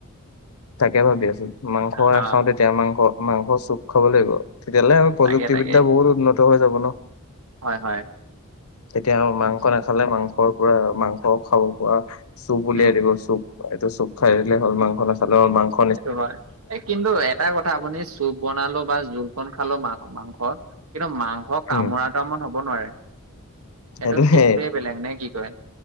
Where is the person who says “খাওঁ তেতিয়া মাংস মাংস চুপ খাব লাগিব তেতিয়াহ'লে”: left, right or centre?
Left